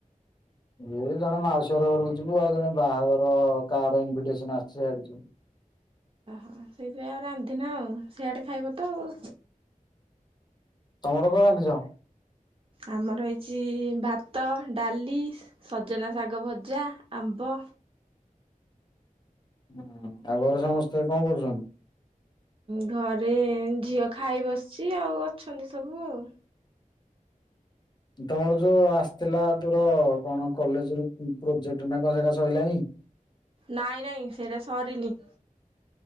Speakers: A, on the left; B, on the right.
A: ଏ ଜଣେ ମାଉସୀ ଘର ଘରକୁ ଯିବୁ ଆଉ ଜଣେ ବାହାଘର କା ର ଇନଭିଟେସନ୍ ଆସିଛି ସେଆଡ଼େ ଯିବୁ।
B: ହଁ ସେଇଥିପାଇଁ ଆଉ ରାନ୍ଧିନ ଆଉ ସିଆଡ଼େ ଖାଇବ ତ ଆଉ।
A: ତମର କଣ ରାନ୍ଧିଛ?
B: ଆମର ହେଇଛି ଭାତ ଡାଲି ସଜନା ଶାଗ ଭଜା ଆମ୍ବ।
A: ହୁଁ ଆଉ ଘରେ ସମସ୍ତେ କଣ କରୁଛନ୍ତି?
B: ଘରେ ଝିଅ ଖାଇ ବସିଛି ଆଉ ଅଛନ୍ତି ସବୁ ଆଉ।
A: ତମର ଯୋଉ ଆସିଥିଲା ତୋର କଣ କଲେଜ ରୁ ପ୍ରୋଜେକ୍ଟ୍ ନା କଣ ସେରା ସରିଲାଣିି?
B: ନାଇଁ ନାଇଁ ସେଇଟା ସରିନି।